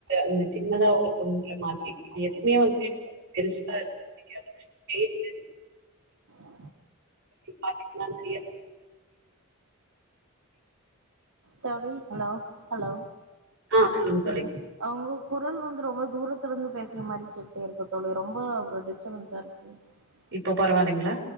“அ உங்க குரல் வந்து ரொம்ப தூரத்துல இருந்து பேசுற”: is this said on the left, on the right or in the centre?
Right